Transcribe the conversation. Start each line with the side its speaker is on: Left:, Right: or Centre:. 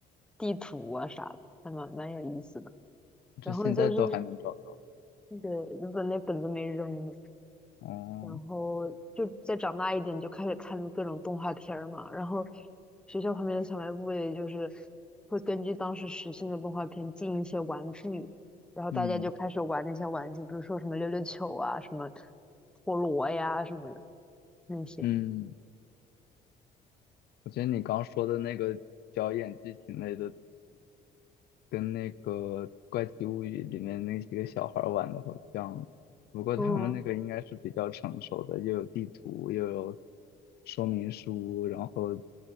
Centre: 地图啊啥的，还蛮蛮有意思的。
Left: 这现在都还能找到。
Centre: 然后就是那个日本那本子没扔，
Left: 哦，
Centre: 然后就再长大一点，就开始看各种动画片儿嘛。然后学校旁边的小卖部也就是会根据当时时兴的动画片进一些玩具，然后大家就开始玩那些玩具，
Left: 嗯
Centre: 比如说什么溜溜球啊、什么陀螺呀什么的那些。
Left: 嗯，我觉得你刚说的那个表演剧情类的，跟那个《怪奇物语》里面那几个小孩儿玩的好像，不过他们那个应该是比较成熟的，
Centre: 嗯
Left: 又有地图，又有说明书，然后